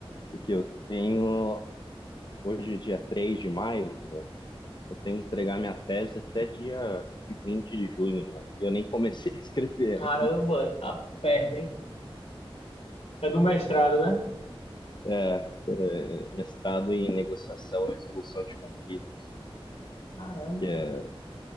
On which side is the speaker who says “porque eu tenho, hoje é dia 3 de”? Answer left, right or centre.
Left